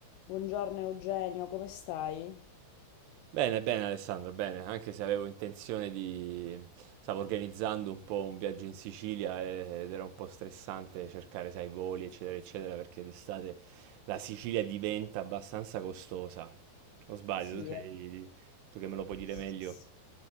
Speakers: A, on the left (about 80°); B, on the right (about 75°).
A: Buongiorno Eugenio, come stai?
B: Bene, bene Alessandro, bene, anche se avevo intenzione di... stavo organizzando un po' un viaggio in Sicilia eh, ed era un po' stressante cercare, sai, voli, eccetera, eccetera, perché d'estate la Sicilia diventa abbastanza costosa. O sbaglio,
A: Sì,
B: tu sei...
A: è...
B: tu che me lo puoi dire
A: Sì,
B: meglio.
A: sì,